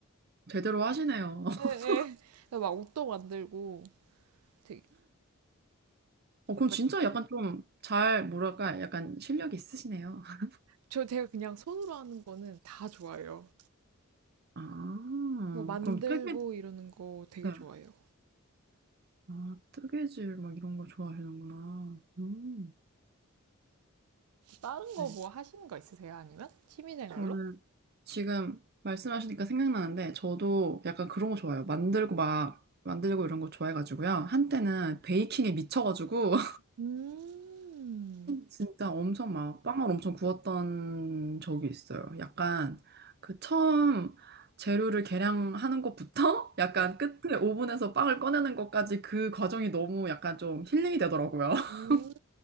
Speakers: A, on the right; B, on the right.
A: 제대로 하시네요. <laughs>
B: 네네 막 옷도 만들고 되게
A: 어, 그럼
B: 뭔가
A: 진짜 약간 좀 잘, 뭐랄까, 약간 실력이 있으시네요. <laughs>
B: 저 제가 그냥 손으로 하는 거는 다 좋아해요.
A: 아,
B: 뭐 만들고
A: 그럼 뜨개,
B: 이러는 거 되게
A: 네.
B: 좋아해요.
A: 아, 뜨개질 막 이런 거 좋아하시는구나. 음,
B: 다른 거
A: 네.
B: 뭐 하시는 거 있으세요? 아니면 취미생활로?
A: 저는 지금 말씀하시니까 생각나는데, 저도 약간 그런 거 좋아해요. 만들고 막, 만들고 이런 거 좋아해가지고요. 한때는 베이킹에 미쳐가지고,
B: 음,
A: 진짜 엄청 막 빵을 엄청 구웠던 적이 있어요. 약간 그 처음 재료를 계량하는 것부터 <laughs> 약간
B: 네.
A: 끝에 오븐에서 빵을 꺼내는 것까지 그 과정이 너무 약간 좀 힐링이 되더라고요. <laughs>
B: 음,